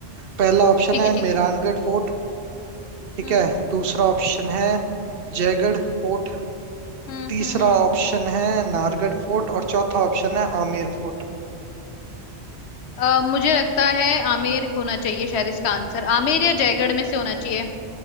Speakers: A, on the right; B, on the left.
A: पहला ऑप्शन
B: ठीक
A: है
B: है ठीक
A: मेहरानगढ़
B: है
A: फोर्ट ठीक
B: हम्म
A: है दूसरा ऑप्शन है जयगढ़ फोर्ट
B: हम्म
A: तीसरा
B: हम्म हम्म।
A: ऑप्शन है नाहरगढ़ फोर्ट और चौथा ऑप्शन है आमेर फोर्ट
B: अ, मुझे लगता है आमेर होना चाहिए शायद इसका आंसर आमेर या जयगढ़ में से होना चाहिए